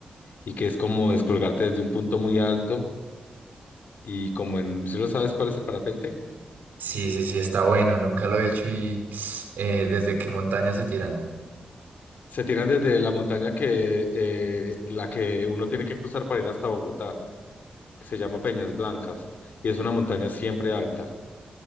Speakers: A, on the left; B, on the right.
A: y que es como descolgarte desde un punto muy alto y como en, si lo sabes cuál es el parapente?
B: Sí, sí, sí, está bueno, nunca lo he hecho y eh, desde qué montaña se tiran.
A: Se tiran desde la montaña que eh, la que uno tiene que cruzar para ir hasta Bogotá, que se llama Peñas Blancas y es una montaña siempre alta,